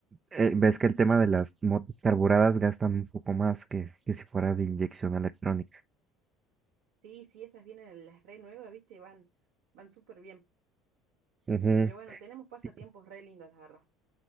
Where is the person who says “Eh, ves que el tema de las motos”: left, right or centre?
Right